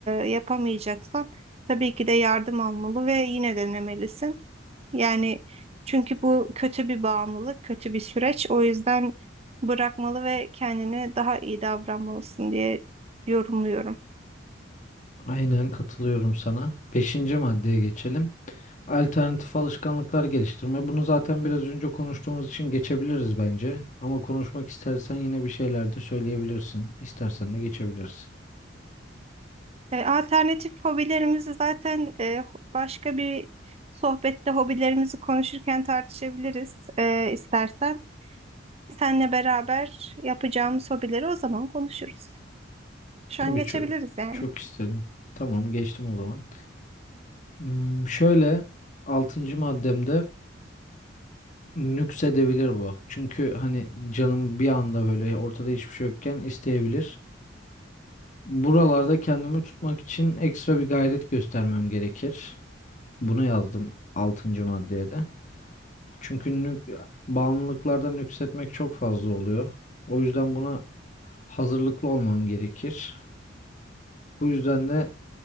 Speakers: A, on the right; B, on the left.
A: yapamayacaksan tabii ki de yardım almalı ve yine denemelisin. Yani çünkü bu kötü bir bağımlılık, kötü bir süreç. O yüzden bırakmalı ve kendine daha iyi davranmalısın diye yorumluyorum.
B: Aynen katılıyorum sana. Beşinci maddeye geçelim. Alternatif alışkanlıklar geliştirme. Bunu zaten biraz önce konuştuğumuz için geçebiliriz bence. Ama konuşmak istersen yine bir şeyler de söyleyebilirsin. İstersen de geçebiliriz.
A: E, alternatif hobilerimizi zaten e, başka bir sohbette hobilerimizi konuşurken tartışabiliriz e, istersen. Seninle beraber yapacağımız hobileri o zaman konuşuruz. Şu
B: Tabii
A: an geçebiliriz
B: çok,
A: yani.
B: çok isterim. Tamam geçtim o zaman. Hmm, şöyle altıncı maddemde nüksedebilir bu. Çünkü hani canım bir anda böyle ortada hiçbir şey yokken isteyebilir. Buralarda kendimi tutmak için ekstra bir gayret göstermem gerekir. Bunu yazdım altıncı maddeye de. Çünkü nük- bağımlılıklardan nüksetmek çok fazla oluyor. O yüzden buna hazırlıklı olmam gerekir. Bu yüzden de